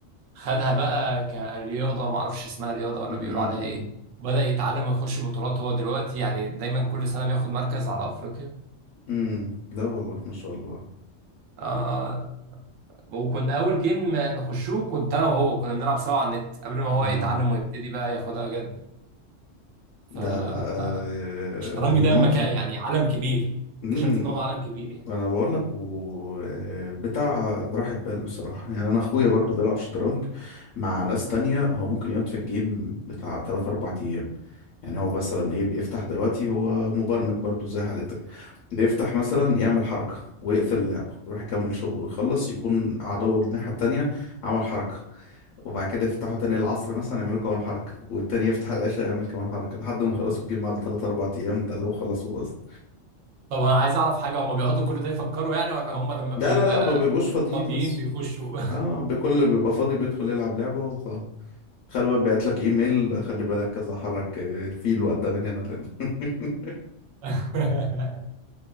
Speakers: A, on the right; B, on the left.
A: خدها بقى كرياضه ما اعرفش اسمها رياضه ولا
B: أمم،
A: بيقولوا
B: أمم،
A: عليها ايه
B: أمم،
A: بدأ يتعلم ويخش بطولات هو دلوقتي يعني دايما كل سنه بياخد مركز على افريقيا
B: أمم. لا والله ما شاء الله
A: اه وكنا اول جيم ما نخشوه كنت انا وهو كنا بنلعب سوا على النت قبل ما هو
B: اه
A: يتعلم ويبتدي بقى ياخدها جد فالشطرنج
B: ده آه آه، اللي
A: ده
B: ممكن
A: مكان يعني عالم كبير
B: أمم،
A: اكتشفت ان هو عالم كبير يعني
B: انا بقول لك و آه، بتاع راحة بال بصراحة يعني انا اخويا برضو بيلعب شطرنج مع ناس تانية هو ممكن يقعد في الجيم بتاع 3 4 ايام يعني هو مثلا ايه بيفتح دلوقتي هو مبرمج برضو زي حالتك بيفتح مثلا يعمل حركة ويقفل اللعبة ويروح يكمل شغله ويخلص يكون عدو الناحية التانية عمل حركة وبعد كده يفتحوا تاني العصر مثلا يعملوا كمان حركة والتاني يفتح العشاء يعمل كمان حركة لحد ما يخلصوا الجيم على 3 4 أيام ده لو خلصوه أصلا
A: طب انا عايز اعرف حاجه هم بيقعدوا كل ده يفكروا يعني ولا هم لما
B: لا
A: بيبقى
B: لا لا ما بيبقوش فاضيين
A: فاضيين
B: بس
A: بيخشوا
B: اه بكل اللي بيبقى فاضي بيدخل يلعب لعبة وخلاص خلي بالك بعت لك ايميل خلي بالك كذا حرك آه، الفيل وقدام من هنا لهنا <laughs>
A: <laughs>